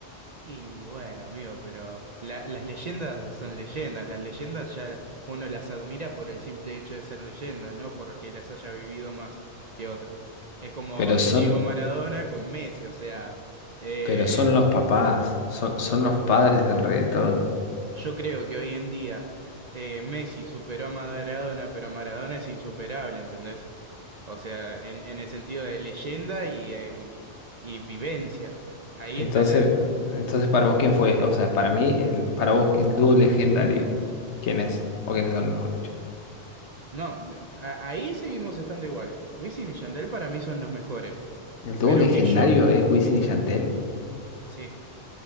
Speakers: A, on the right (about 50°); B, on the left (about 75°).
A: Y bueno, amigo, pero la- las leyendas son leyendas. Las leyendas ya uno las admira por el simple hecho de ser leyenda, no porque las haya vivido más que otra. Es como
B: Pero
A: el
B: son,
A: Diego Maradona con Messi, o sea, eh,
B: pero son los papás, son, son los padres del reggaetón.
A: yo creo que hoy en día eh, Messi superó a Maradona, pero Maradona es insuperable, ¿entendés? O sea, en, en el sentido de leyenda y, eh, y, y vivencia. Ahí
B: Entonces,
A: está
B: entonces para vos, ¿quién fue? O sea, para mí, el, para vos, el dúo legendario, ¿quién es? ¿O quiénes son, mejor dicho?
A: No, me- a- ahí seguimos estando igual. Wisin y Yandel para mí son los mejores.
B: El dúo
A: Pero
B: legendario
A: que yo.
B: es Wisin y Yandel,
A: Sí.